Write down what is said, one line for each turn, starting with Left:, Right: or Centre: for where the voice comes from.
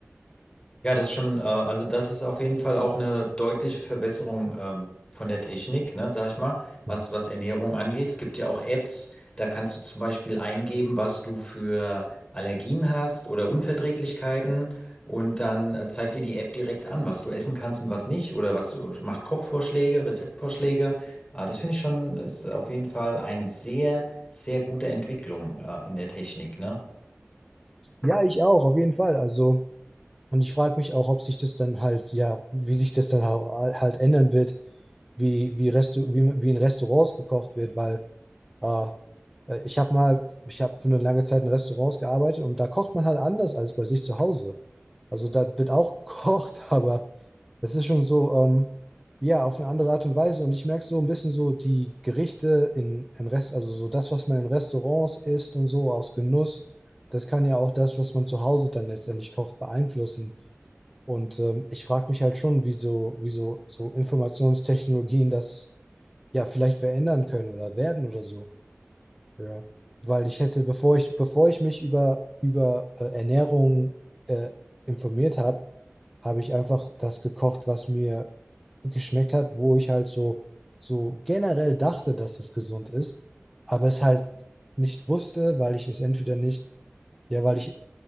Left: Ja, das ist schon, äh, also das ist auf jeden Fall auch eine deutliche Verbesserung ähm, von der Technik, ne, sag ich mal, was,
Centre: Mhm.
Left: was Ernährung angeht. Es gibt ja auch Apps, da kannst du zum Beispiel eingeben, was du für Allergien hast oder Unverträglichkeiten und dann äh, zeigt dir die App direkt an, was du essen kannst und was nicht oder was du, macht Kochvorschläge, Rezeptvorschläge. Äh, das finde ich schon, ist auf jeden Fall eine sehr, sehr gute Entwicklung äh, in der Technik, ne?
Centre: Ja, ich auch, auf jeden Fall. Also, und ich frage mich auch, ob sich das dann halt, ja, wie sich das dann hau- halt ändern wird, wie, wie, Restu wie, wie in Restaurants gekocht wird, weil äh, äh, ich habe mal, ich habe für eine lange Zeit in Restaurants gearbeitet und da kocht man halt anders als bei sich zu Hause. Also da wird auch gekocht, <laughs> aber Es ist schon so, ähm, ja, auf eine andere Art und Weise. Und ich merke so ein bisschen so die Gerichte in, in Rest, also so das, was man in Restaurants isst und so aus Genuss, das kann ja auch das, was man zu Hause dann letztendlich kocht, beeinflussen. Und ähm, ich frage mich halt schon, wie so, wie so, so Informationstechnologien das ja vielleicht verändern können oder werden oder so. Ja. Weil ich hätte, bevor ich, bevor ich mich über, über äh, Ernährung äh, informiert habe, habe ich einfach das gekocht, was mir geschmeckt hat, wo ich halt so, so generell dachte, dass es gesund ist, aber es halt nicht wusste, weil ich es entweder nicht, ja, weil ich,